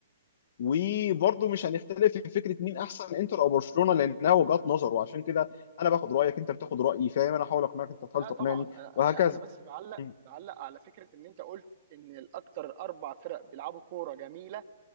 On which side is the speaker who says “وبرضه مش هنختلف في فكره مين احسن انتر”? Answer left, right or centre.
Left